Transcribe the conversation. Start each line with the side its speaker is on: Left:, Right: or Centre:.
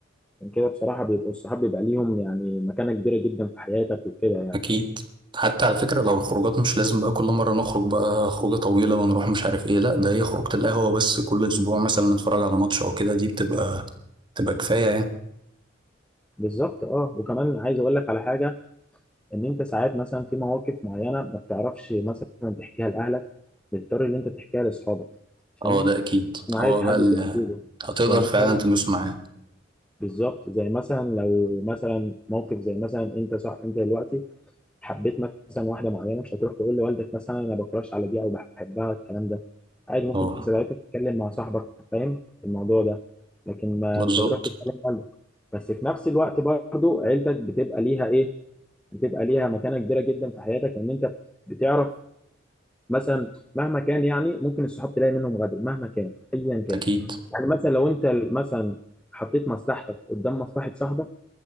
Centre: عشان كده بصراحه بيبقوا الصحاب بيبقى ليهم يعني مكانه كبيره جدا في حياتك وكده يعني
Right: اكيد حتى على فكرة لو الخروجات مش لازم بقى كل مرة نخرج بقى خروجة طويلة ونروح مش عارف ايه لا ده هي خروجة القهوة بس كل اسبوع مثلا نتفرج على ماتش او كده دي بتبقى بتبقى كفاية يعني
Centre: بالظبط اه وكمان عايز اقول لك على حاجه ان انت ساعات مثلا في مواقف معينه ما بتعرفش مثلا تحكيها لاهلك بتضطر ان انت تحكيها لاصحابك فاهم
Right: اه ده اكيد
Centre: ما
Right: هو
Centre: عايز حد
Right: بقى ال-
Centre: تحكي له
Right: هتقدر
Centre: يعني
Right: فعلا
Centre: مثلا
Right: تدوس معاه
Centre: بالظبط زي مثلا لو مثلا موقف زي مثلا انت صح انت دلوقتي حبيت مثلا واحده معينه مش هتروح تقول لوالدك مثلا انا بكراش على دي او بحبها الكلام ده عادي ممكن
Right: اه
Centre: ساعتها تتكلم مع صاحبك فاهم الموضوع ده لكن ما
Right: بالظبط
Centre: مش هتروح تتكلم لوالدك بس في نفس الوقت برضو عيلتك بتبقى ليها ايه بتبقى ليها مكانه كبيره جدا في حياتك ان انت بتعرف مثلا مهما كان يعني ممكن الصحاب تلاقي منهم غدر مهما كان ايا كان
Right: اكيد
Centre: يعني مثلا لو انت مثلا حطيت مصلحتك قدام مصلحه صاحبك